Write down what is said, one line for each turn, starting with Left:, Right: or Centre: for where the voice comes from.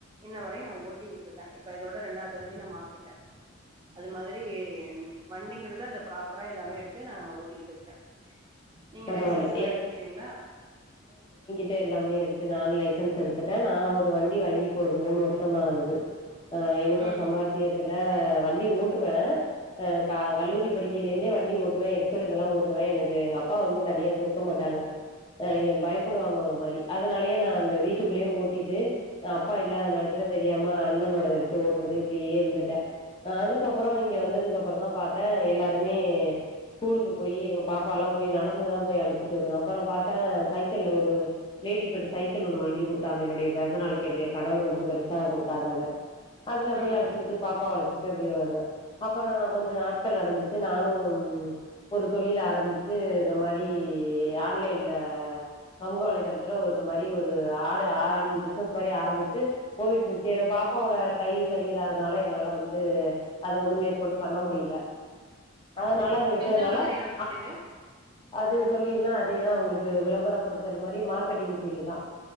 Right: இன்ன வரயும் நா ஓட்டிட்டு இருக்கேன் இப்ப இதோட ரெண்டாவது வண்டி நா மாத்திட்டேன் அது மாதிரி வண்டிங்குறத அத ப்ராப்பரா எல்லாமே எடுத்து நா ஓட்டிட்டு இருக்கேன் நீங்க
Left: பரவால்ல
Right: லைசன்ஸ் எல்லாம் எடுத்துட்டீங்ளா
Left: ட எல்லாமே இருக்கு நானே லைசன்ஸ் எடுத் துட்டே நா ஒரு வண்டி வாங்கி இப்ப ஒரு மூணு வருஷம் ஆகுது அஹ் என்னோட
Right: ம்
Left: சம்பாத்தியத்துல வண்டி ஓட்டுவேன் அஹ் <unintelligible> கல்லூரி படிக்கையிலேந்தே வண்டி ஓட்டுவே சிலதலாம் ஓட்டுவேன் எனக்கு எங் அப் பா வந்து தனியா குடுக்க மாட்டாங்க அ ய பயப்புடுவாங்க ஒரு மாரி அதுனாலயே நா அந்த வீட்டுக்குள்ளேயே ஓட் டிட்டு அப்பா இல்லாத நேரத்துல தெரியாம அண்ணனோடத எடுத்து ஓட்றது இப்டியே இருந்துட்டேன் அதுக்கப்பறம் இங்க வந்ததுக்கு அப்பறோ தான் பாத்தே எல்லாருமே ஸ்கூலுக்கு போயி எங்க பாப்பாலாம் போய் நடந்துதான் போய் அழச்சிட்டு வருவே அப்பறம் பாத்தா சைக்கிள்ல ஒரு லேடி பெட் சைக்கிள் ஒன்னு வாங்கி குடுத்தாங்க என்னுடைய பெறந்தநாளைக்கு என்னுடைய கணவர் வந்து பரிசாக குடுத்தாங்க அத அதுல போய்
Right: ம்
Left: அழைச்சுக்கிட்டு பாப்பாவ அழைச்சுக்கிட்டு அப்டியே வருவே அப்பறோ நா கொஞ்சோ நாட்கள் நடந்துச்சு நானு ஒரு தொழில் ஆரம்பிச் சு இந்த மாரி ஆன்லைன்ல சமூக வலைதளத்துல ஒரு இந்த மாரி ஒரு ஆடு ஆரம்பிச் <unintelligible> மாரி ஆரம்பிச்சு போயிட்டு இருந்துச்சு என் பாப்பாவோட கை சரியில்லாதனால என்னால வந்து அத வந்து மேற்கொண்டு பண்ண முடில அதனால
Right: ம்
Left: அத விட்டதுனால
Right: எந்த மாதிரியான தொழிலு
Left: அ அது தொழில்னா அதேதா உங்களுக் கு விளம்பரப்படுத் தல் மாதிரி மார்க்கெட்டிங் பீல்டு தா